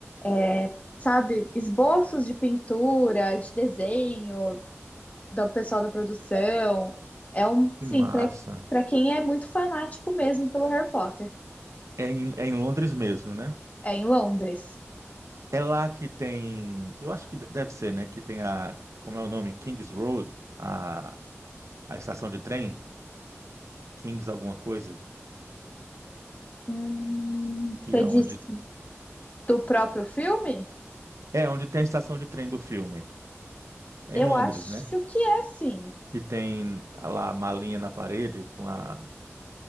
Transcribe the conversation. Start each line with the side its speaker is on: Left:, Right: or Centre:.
Left: é, sabe, esboços de pintura, de desenho, do pessoal da produção. É um,
Right: que
Left: sim,
Right: massa.
Left: para para quem é muito fanático mesmo pelo Harry Potter.
Right: É em, é em Londres mesmo, né?
Left: É em Londres.
Right: É lá que tem, eu acho que deve ser, né? Que tem a, como é o nome? Kings Road, a, a estação de trem, Kings alguma coisa,
Left: Hum,
Right: que
Left: você
Right: é
Left: disse
Right: onde,
Left: do próprio filme?
Right: é onde tem a estação de trem do filme. É
Left: Eu
Right: em Londres,
Left: acho
Right: né?
Left: que é, sim.
Right: E tem lá a malinha na parede com a,